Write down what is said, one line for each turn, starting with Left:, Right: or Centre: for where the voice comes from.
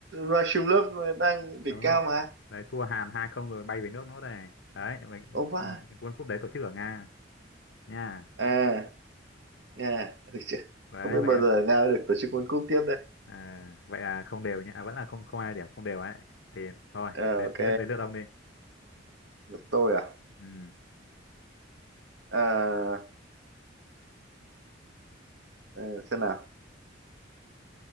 Right: Rasulov đang đỉnh
Left: đúng
Right: cao
Left: rồi
Right: mà
Left: đấy thua Hàn hai không rồi bay về nước nữa đây đấy vậy
Right: Ồ vãi
Left: World Cup đấy tổ chức ở Nga nha
Right: à Nga Ôi trời,
Left: đấy
Right: không biết
Left: vậy
Right: bao giờ Nga được tổ chức World Cup tiếp đây
Left: à, vậy là không đều nhá à, vẫn là không không ai điểm không đều ấy thì thôi
Right: Ờ,
Left: đến
Right: ok
Left: đến lượt đến lượt ông đi
Right: được tôi à
Left: ừ,
Right: Ờ, ờ, xem nào